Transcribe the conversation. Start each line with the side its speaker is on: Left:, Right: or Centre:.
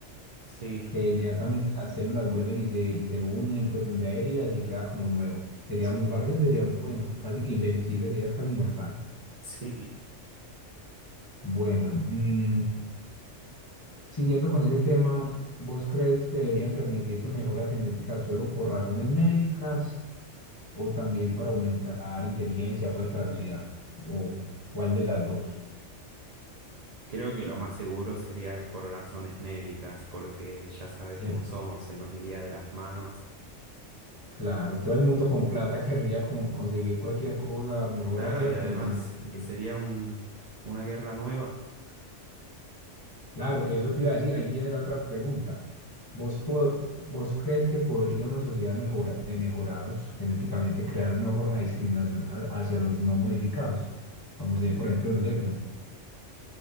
Right: Sí,
Left: que inmediatamente las células vuelven y se, y se unen, pues donde hay heridas y queda como nuevo. Sería
Right: sí,
Left: muy bacano, eso sería muy bueno, casi que invencible, serías casi inmortal.
Right: <laughs> sí.
Left: Bueno, mm, Siguiendo con ese tema, ¿vos crees que deberían permitirse mejoras genéticas solo por razones médicas o también para aumentar inteligencia, fuerza, velocidad? ¿O cuál de las dos?
Right: Creo que lo más seguro sería por razones médicas, porque ya sabes
Left: ¿Cierto?
Right: cómo somos, se nos iría de las manos.
Left: Claro, todo el mundo con plata <laughs> querría con- conseguir cualquier cosa mejora,
Right: Claro,
Left: ¿cierto?
Right: y además
Left: Y no se puede.
Right: sería un, una guerra nueva.
Left: Claro, eso te iba a decir, ahí viene la otra pregunta. ¿Vos, po- vos crees que podría una sociedad mejora, de mejorados genéticamente crear una forma de discriminación a- hacia los no modificados? Como se ve, por ejemplo, en los x